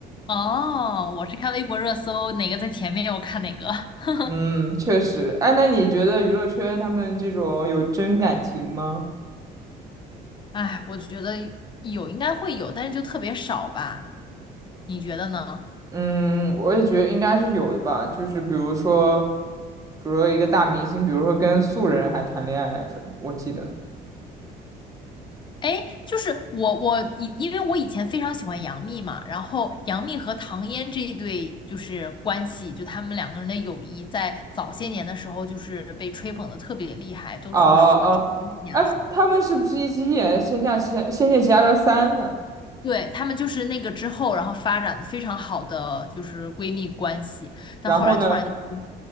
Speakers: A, on the left (about 30°); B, on the right (about 20°).
A: 哦，我是看微博热搜，哪个在前面我看哪个。
B: <laughs>
A: <laughs>
B: 嗯，确实。哎，那你觉得娱乐圈他们这种有真感情吗？
A: 哎，我觉得有应该会有，但是就特别少吧？你觉得呢？
B: 嗯，我也觉得应该是有的吧。就是比如说，比如说一个大明星，比如说跟素人还谈恋爱来着，我记得。
A: 哎，就是我我以因为我以前非常喜欢杨幂嘛，然后杨幂和唐嫣这一对就是关系，就他们两个人的友谊，在早些年的时候就是被吹捧的特别厉害，都说是什么知己蜜啊什么的。
B: 哦哦，哎，他们是不是一起演《仙剑奇侠仙剑奇侠传三》的？
A: 对，她们就是那个之后，然后发展得非常好的就是闺蜜关系，但后来突然就崩
B: 然后呢？